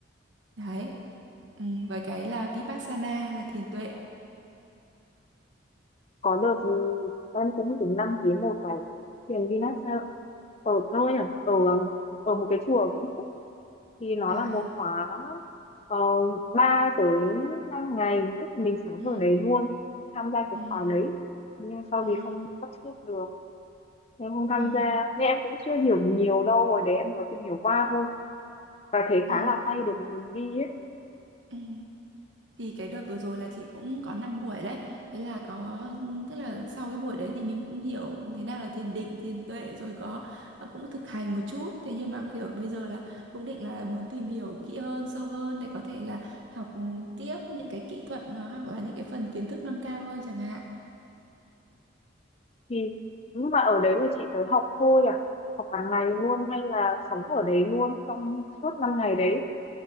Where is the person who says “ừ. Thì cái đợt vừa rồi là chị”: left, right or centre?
Right